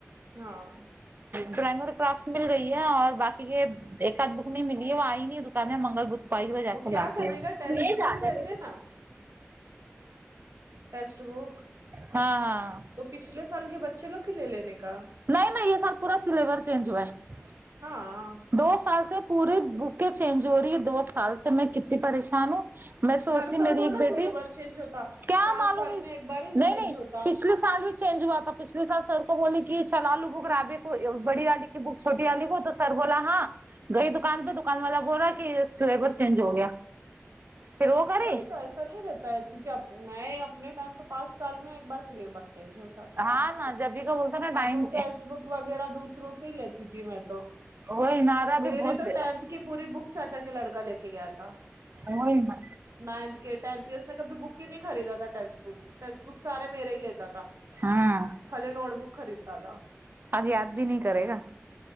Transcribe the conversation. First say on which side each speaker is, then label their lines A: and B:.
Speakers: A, on the right; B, on the right.
A: ہاں
B: ڈرائنگ اور کرافٹ مل گئی ہے اور باقی کے ایک آدھ بک نہیں ملی ہے وہ آئی نہیں دکان میں منگل بت پہ آئی ہے جا
A: وہ
B: کے
A: کیا
B: لاتے
A: کرنے
B: ہے
A: کا ٹیکسٹ بک رہتے نا ٹیکسٹ بک
B: ہاں ہاں
A: تو پچھلے سال کے بچے لوگ کے لے لینے کا
B: نہیں میں یہ سال پورا سلیبر چینج ہوا ہے
A: ہاں
B: دو سال سے پورے بوکے چینج ہو رہی ہے دو سال سے میں کتی پریشان ہوں میں سوچتی
A: ہر سال
B: میری
A: تھوڑی
B: ایک
A: نا
B: بیٹی
A: سی لیبر چینج ہوتا
B: کیا
A: پانچ
B: معلوم
A: سال
B: اس
A: میں ایک بار ہی
B: نہیں
A: چینج
B: نہیں
A: ہوتا
B: پچھلے سال بھی چینج ہوا تھا پچلھے سال سر کو بولے کہ یہ چلا لو بک رابے کو بڑی آڑی کی بک چھوٹی والی کو تو سر بولا ہاں گئی دکان پہ دکان والا بو رہا کہ سلیبر چینج ہو گیا پھر وہ کرے
A: وہی تو ایسا نہیں رہتا ہے کیونکے میں اپنے ٹائم پہ پانچ سال میں ایک بار سلیبر چینج ہوسک ہوتاتھا
B: ہاں نا جبھی کا بولتا نا
A: اپن
B: ٹائم
A: ٹیسٹ بک وغیرہ دوسروں سے لیتی تھی میں تو
B: وہ انارا
A: میری
B: بھی بہت
A: تو
B: بے
A: ٹینتھ کے پوری بک چاچا کے لڑکا لے کے گیا تھا
B: آںی ما
A: نائنھ کے ٹینتھ کے اس نے کبھی بک ہی نہیں خریدا تھا ٹیکسٹ بک ٹیکسٹ بک سارے میرے ہی لیتا تھا
B: ہاں
A: خالی نوٹ بک خرید تا تھا
B: اب یاد بھی نہیں کرے گا